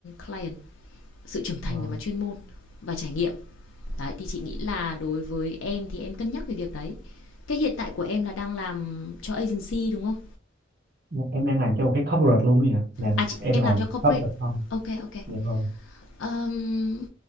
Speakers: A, on the left; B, on the right.
A: client. Sự trưởng thành
B: Ờ,
A: về mặt chuyên môn và trải nghiệm. Đấy thì chị nghĩ là đối với em thì em cân nhắc về việc đấy. Cái hiện tại của em là đang làm cho agency đúng không?
B: em đang làm cho một cái corporate luôn ấy hả làm
A: À chị,
B: em
A: em
B: làm
A: làm cho corporate.
B: corporate không
A: Ok ok.
B: dạ vâng
A: Ờm,